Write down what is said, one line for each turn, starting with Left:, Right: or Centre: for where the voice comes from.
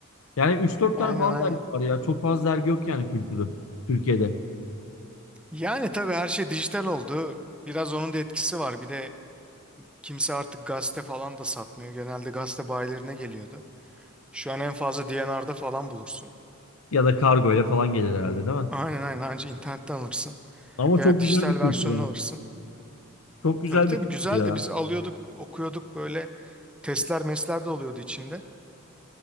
Left: Yani üç dört
Centre: Aynen
Left: tane falan
Centre: aynen.
Left: dergi var ya. Çok fazla dergi yok yani kültürü. Türkiye'de.
Centre: Yani tabii her şey dijital oldu. Biraz onun da etkisi var. Bir de Kimse artık gazete falan da satmıyor. Genelde gazete bayilerine geliyordu. Şu an en fazla D&R'da falan bulursun.
Left: Ya da kargo ile falan gelir herhalde değil mi?
Centre: Aynen aynen anca internetten alırsın.
Left: Ama
Centre: Veya
Left: çok
Centre: dijital
Left: güzel bir
Centre: versiyonunu
Left: kültür ha.
Centre: alırsın.
Left: Çok güzel
Centre: Tabii tabii
Left: bir kültür
Centre: güzeldi.
Left: ya.
Centre: Biz alıyorduk, okuyorduk böyle testler mesler de oluyordu içinde.